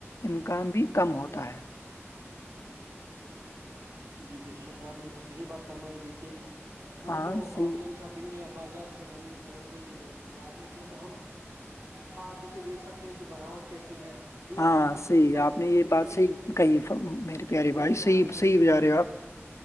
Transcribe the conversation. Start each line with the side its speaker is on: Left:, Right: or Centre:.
Left: امکان بھی کم ہوتا ہے
Right: جی بے شک آپ نے تو صحیح بات فرمائی دیکھیے ہم
Left: ہاں
Right: تو
Left: صحیح
Right: آف لائن شاپ گے یا بازار سے ہم اگر کوئی چیز لاتے ہیں تو ہم ہاں توے دیکھ سکتے ہیں کہ بناوٹ کیسی ہے یہ
Left: ہاں
Right: ہم اپنے
Left: صحیح
Right: اوپر
Left: آپ نے یہ
Right: پہن
Left: بات
Right: کے بھی
Left: صحیح
Right: دیکھ سکتے
Left: کہی
Right: ہیں
Left: ف- میرے
Right: کہ
Left: پیارے بھائی
Right: جچرا
Left: صحیح
Right: ہے
Left: صحیح
Right: <inaudible>
Left: بجا رہے ہو آپ